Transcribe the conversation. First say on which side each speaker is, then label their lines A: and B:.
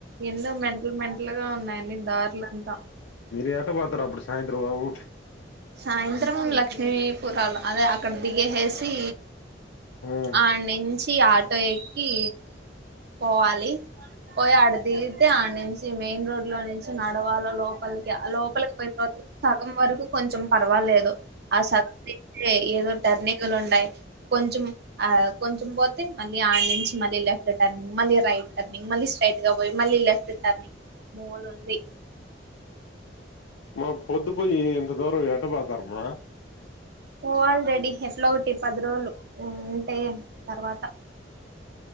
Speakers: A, on the right; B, on the left.
A: ఎందుో మెంటల్ మెంటల్ గా ఉన్నాయి అన్నీ దారులంతా
B: మీరు ఏట పోతారు అప్పుడు సాయంత్రం అవు
A: సాయంత్రం లక్ష్మీపురాలు అదే అక్కడ దిగేహేసి
B: ఆ ఉమ్
A: ఆనించి ఆటో ఎక్కి పోవాలి పోయి ఆడ దిగితే ఆడ నుంచి మెయిన్ రోడ్ లో నుం నడవాల లోపలికి లోపలికి పోయిన తరువాతికి సగం వరకు కొంచెం పర్వ వాలేదు ఆ సబ్జెక్ట్ ఏదో టర్నింగ్లు ఉంటయ్ కొంచెం ఆ కొంచం పోత్ తే మళ్ళీ అడ్నునుంచి మళ్ళీ లెఫ్ టర్నింగ్ మళ్ళీ రైట్ టర్నింగ్ మళ్ళీ స్ట్రెయిట్గా పోయి మళ్ళీ లెఫ్ టర్నింగ్ మూలు ఉంది
B: మా పొద్దు పోయి ఇంత దూరం ఎట పాతారమ్మ
A: పోవాలి రెడీ ఎట్లా ఒకటి పది రోజులు అంటే తర్వాత